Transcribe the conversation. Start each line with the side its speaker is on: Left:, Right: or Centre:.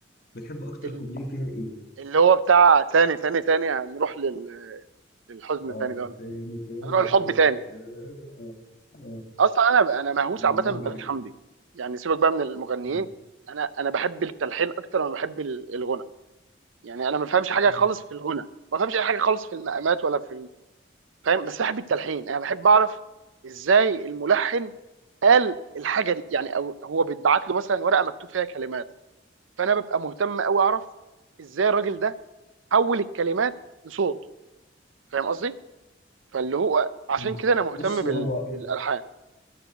Left: بتحب أكتر
Right: ال-
Left: كوبليه فيها إيه؟
Right: اللي هو بتاع تاني تاني تاني هنروح لل... للحزن
Left: اه
Right: تاني ده ولا
Left: تاني تاني
Right: هنروح للحب
Left: تاني
Right: تاني
Left: تاني اه اه
Right: اصلا انا انا مهووس
Left: أنا
Right: عامه
Left: الأول
Right: ببليغ
Left: بعد
Right: حمدي
Left: كده
Right: يعني سيبك بقى من المغنيين
Left: مم.
Right: انا انا بحب التلحين اكتر ما بحب ال- الغنى يعني انا ما بفهمش حاجه
Left: مم.
Right: خالص في الغنى ما بفهمش اي حاجه خالص في المقامات ولا في ال- فاهم بس بحب التلحين انا بحب اعرف ازاي الملحن قال الحاجه دي يعني او هو بيتبعت له مثلا ورقه مكتوب فيها كلمات فانا ببقى مهتم قوي اعرف ازاي الراجل ده حول الكلمات لصوت فاهم قصدي فاللي هو عشان
Left: مم.
Right: كده انا مهتم
Left: بص
Right: بال...
Left: هو
Right: بالالحان